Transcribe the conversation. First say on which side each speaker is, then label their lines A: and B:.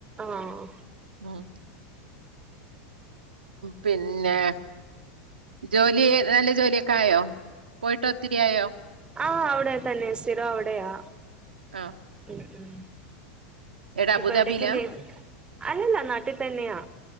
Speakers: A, on the right; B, on the right.
A: ആഹ്.
B: ഉം പിന്നെ? ജോലി നല്ല ജോലിയൊക്കെ ആയോ പോയിട്ട് ഒത്തിരി ആയോ?
A: ആഹ് അവിടെ തന്നെ സ്ഥിരം അവിടെയാ
B: ആഹ്
A: മ് മ്.
B: എടാ
A: ഇപ്പൊ
B: അബുദാബിയിലാ
A: എടക്ക് ലീവ് അല്ലല്ലാ നാട്ടിൽ തന്നെയാ